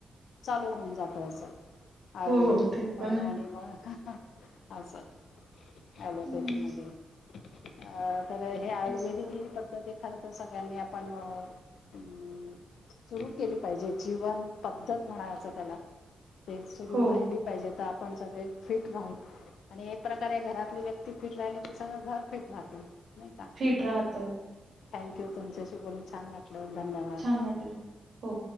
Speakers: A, on the left; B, on the right.
A: चालू होऊन जात असं, आयुर्वेदिक
B: हो, ते पण
A: आणि
B: आहे.
A: मग असं अलोपॅथी
B: हं.
A: मधे. अ तर हे आयुर्वेदिक
B: तेच तर.
A: ही पद्धती खर तर, सगळ्यांनी आपण अ अंम सुरू केली पाहिजे. जीवन पद्धत म्हणायचं त्याला. ते सुरू
B: हो,
A: राहिली पाहिजे. तर आपण सगळे फिट राहू आणि एक प्रकारे घरातली व्यक्ती फिट राहिली की, सगळं घर फिट राहते. नाही का
B: फिट राहतो.
A: थँक्यू तुमच्याशी बोलून छान वाटल धन्यवाद.
B: छान वाटलं. हो.